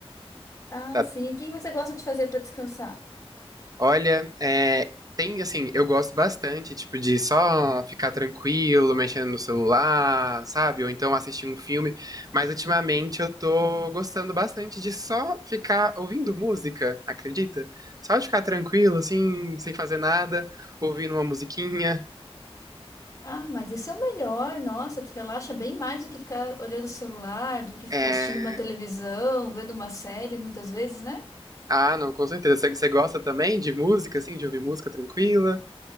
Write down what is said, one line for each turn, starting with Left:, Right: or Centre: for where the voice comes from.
Left: Ah,
Right: Tá?
Left: sim. O que você gosta de fazer para descansar?
Right: Olha, é, tem assim, eu gosto bastante, tipo, de só ficar tranquilo, mexendo no celular, sabe? Ou então assistir um filme. Mas ultimamente eu tô gostando bastante de só ficar ouvindo música, acredita? Só de ficar tranquilo, assim, sem fazer nada ouvindo uma musiquinha.
Left: Ah, mas isso é o melhor. Nossa, te relaxa bem mais do que ficar olhando o celular, do que ficar
Right: É...
Left: assistindo uma televisão, vendo uma série, muitas vezes, né?
Right: Ah, não, com certeza. Você você gosta também de música, assim, de ouvir música tranquila?